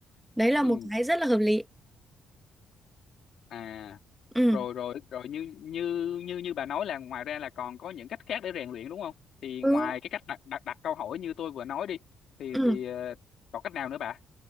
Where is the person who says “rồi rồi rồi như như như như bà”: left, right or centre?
Left